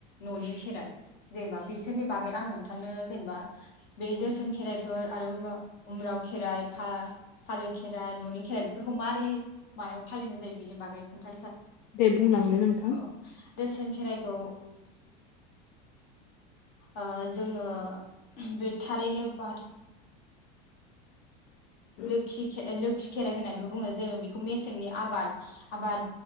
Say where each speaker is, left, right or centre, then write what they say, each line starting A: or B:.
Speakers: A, on the left; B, on the left.
A: न'नि खेराइ जेनेबा बिसोरनि बागै आं नोंथांनो जेनेबा बे दोसोन खेराइफोर आरो उमबाव उम्राव खेराइ फा फालो खेराइ न'नि खेराइ बेफोरखौ मारै मायाव फालिनाय जायो बेनि बागै खोनथा
B: दे बुंलांदो नोंथां
A: औ दोसोन खेराइखौ ओ जोङो बे थारैनो बाथौ
B: <unintelligible>
A: लोखि खे लोखि खेराइ होननानैबो बुङो जोंङो बेखौ मेसेंनि आबाद आबाद